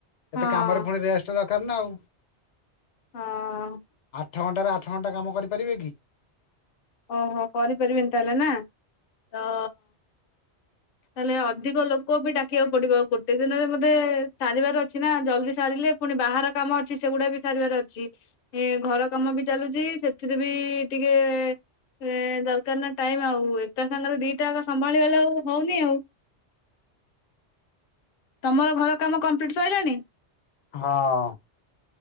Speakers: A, on the left; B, on the left.
A: ହଁ
B: ଏତେ କାମରେ ପୁଣି ରେଷ୍ଟ ଦର ନା ଆଉ।
A: ହଁ
B: ଆଠ ଘଣ୍ଟ ର ଆଠ ଘଣ୍ଟା କାମ କରିପାରିବେ କି?
A: ଓହୋ। କରିପାରିବେନି ତାହେଲେ ନା, ତ ତାହେଲେ ଅଧିକ ଲୋକ ବି ଡାକିବାକୁ ପଡିବ, ଗୋଟେ ଦିନରେ ମତେ ସାରିବାର ଅଛି ନା। ଜଲଦି ସାରିଲେ ପୁଣି ବାହାର କାମ ଅଛି ସେଗୁଡା ବି ସାରିବାର ଅଛି ଏ ଘର କାମ ବି ଚାଲୁଚି ସେଥିରେ ବି ଟିକେ ସେ ଦରକାର ନା ଟାଇମ୍, ଆଉ ଏକା ସାଙ୍ଗରେ ଦିଟାକ ସମ୍ଭାଳିଲା ବେଳକୁ ହଉନି ଆଉ।
B: <unintelligible>
A: ତମର ଘର କାମ କମ୍ପ୍ଲିଟ୍ ସଇଲାଣି?
B: ହଁ।